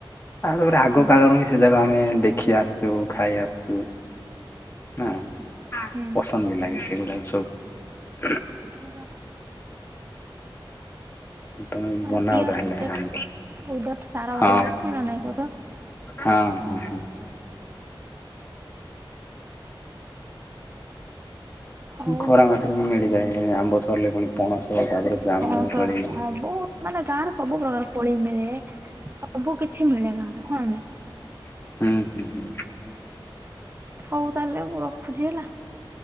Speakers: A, on the left; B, on the right.
A: ଆଉ ତାପରେ ଆଗ
B: ହଁ
A: କାଳରୁ ହିଁ ସେ ଯାକ ଆମେ। ଦେଖି ଆସଛୁ ଖାଇ ଆସଛୁ। ହଁ
B: ହୁଁ।
A: ପସନ୍ଦ ବି ଲାଗି। ଏ ଗୁଡ଼ାକ ସବୁ।
B: ନିଦ ଲାଗିଲାଣି।
A: ତମେ ବି
B: ମାନେ
A: ବନାଅ
B: ପିଓର
A: ତାହେଲେ
B: ସେଠୁ
A: ହଁ
B: ସାର ବାଲା
A: ହଁ
B: କଣ ନାଇ କ ତ। <inaudible>
A: ହଁ
B: ହଉ
A: ଖୋରା ମାାତ ମିଳି ଯାଏ। ଏ ଆମ୍ବ ସରିଲେ ପୁଣି ପଣସ। ତାପରେ ଜାମୁ
B: ପଣସ
A: କୋଳି
B: ହବୁ ମାନେ ଗାଁରେ ସବୁ ପ୍ରକାର କୋଳି ମିଳେ ସବୁ କିଛି ମିଳେ ଗାଁରେ ହଁ ନା ନାଇ।
A: ହୁଁ ହୁଁ ହୁଁ
B: ହଉ। ତାହେଲେ ମୁଁ ରଖୁଛି ହେଲା